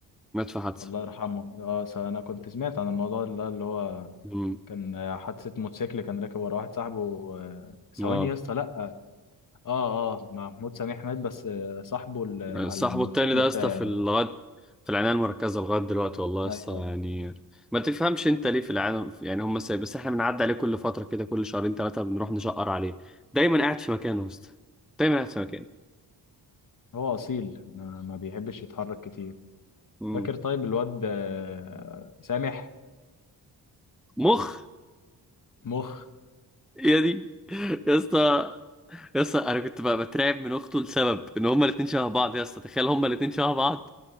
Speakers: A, in the centre; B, on the left (about 50°).
A: مات في حادثة
B: الله يرحمه اه س- انا كنت سمعت عن الموضوع اللي اللي هو
A: امم
B: كان آه، حادثه موتوسيكل كان راكب ورا واحد صاحبه آه، ثواني
A: اه
B: يا اسطى لا اه اه محمود سميح مات بس آه، صاحبه اللي على
A: صاحبه
B: الموتوسيكل
A: التاني ده يا اسطى
B: في
A: في لغاية في العناية المركزة لغاية دلوقتي والله يا
B: ايوه
A: اسطى
B: أيوه.
A: يعني ما تفهمش انت ليه في العالم يعني هم سايب بس احنا بنعدي عليه كل فترة كده كل شهرين ثلاثة بنروح نشقر عليه دايما قاعد في مكانه يا اسطى دايما قاعد في مكانه
B: هو اصيل ما, ما بيحبش يتحرك كتير
A: امم
B: فاكر طيب الواد آه، سامح
A: مخ
B: مخ
A: يا دي <laughs> يا اسطى يا اسطى انا كنت بقى بترعب من اخته لسبب ان هما الاتنين شبه بعض يا اسطى تخيل هما الاتنين شبه بعض